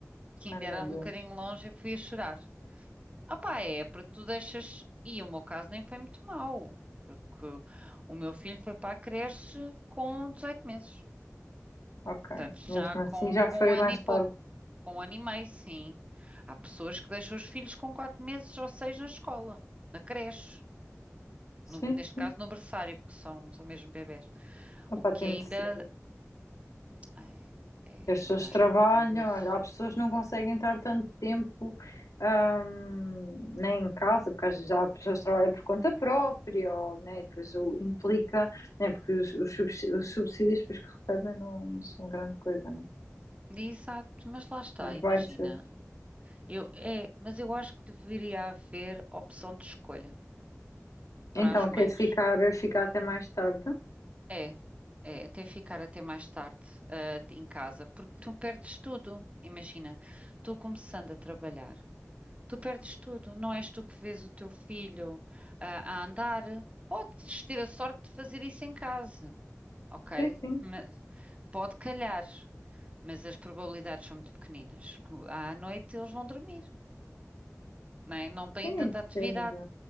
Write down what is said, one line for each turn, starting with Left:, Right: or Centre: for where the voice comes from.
Right: que
Left: Ai,
Right: ainda
Left: meu
Right: era
Left: Deus.
Right: um bocadinho longe, eu fui a chorar. Opá, é, porque tu deixas. E o meu caso nem foi muito mau, porque o meu filho foi para a creche com 18 meses.
Left: Ok,
Right: Portanto,
Left: mesmo
Right: já com,
Left: assim já
Right: com
Left: foi
Right: um ano
Left: mais
Right: e pouco,
Left: tarde.
Right: com um ano e meio, sim. Há pessoas que deixam os filhos com 4 meses ou 6 na escola, na creche.
Left: Sim,
Right: No- neste
Left: sim.
Right: caso, no berçário, porque são, são mesmo bebés.
Left: Epá,
Right: O que
Left: tem
Right: ainda
Left: de ser.
Right: é, é
Left: As
Right: ainda
Left: pessoas
Right: é mais
Left: trabalham,
Right: doloroso.
Left: há pessoas que não conseguem estar tanto tempo ahm, nem em casa, porque às vezes há pessoas que trabalham por conta própria, ou, né, e depois o implica, né, porque os, os subsi- os subsídios depois que recebem não, não são grande coisa, né?
Right: Exato, mas lá está,
Left: As
Right: imagina.
Left: baixas.
Right: Eu, é, mas eu acho que deveria haver opção de escolha
Left: Então,
Right: para as mães.
Left: quer ficar, ficar até mais tarde?
Right: É, é até ficar até mais tarde, ah, em casa, porque tu perdes tudo. Imagina, tu começando a trabalhar, tu perdes tudo. Não és tu que vês o teu filho, ah, a andar. Podes ter a sorte de fazer isso em casa. ok?
Left: Sim, sim.
Right: Ma- Pode calhar, mas as probabilidades são muito pequeninas. À noite eles vão dormir, né? Não têm
Left: Sim,
Right: tanta
Left: depende.
Right: atividade.